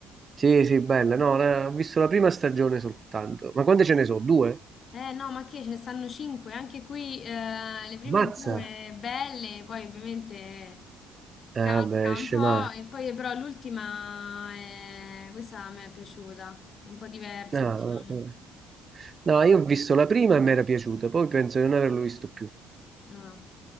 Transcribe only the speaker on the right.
Sì, sì, bella, no, la- ho visto la prima stagione soltanto. Ma quante ce ne sono? Due?
Mazza!
Ah,
beh, scema.
Ah,
ah, ah. No, io ho visto la prima e mi era piaciuta, poi penso di non averlo visto più.